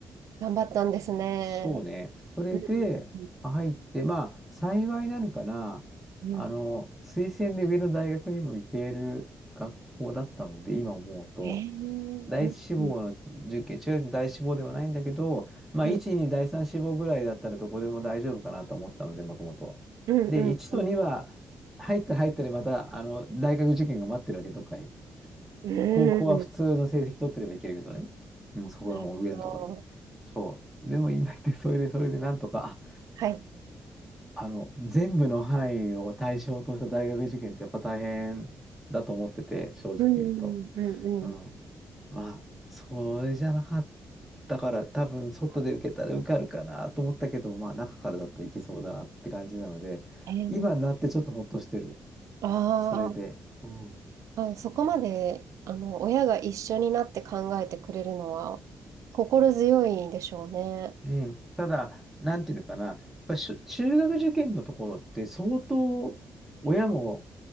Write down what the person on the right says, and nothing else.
頑張ったんですね。
うん。
うん。
うん。
ええー、
うん。うん。
うん。
うん。
うんうん。
うん。
なるほど。
はい。
うん。うん。
うん。
ええー、
ああ、
あ、そこまで、あの、親が一緒になって考えてくれるのは心強いでしょうね。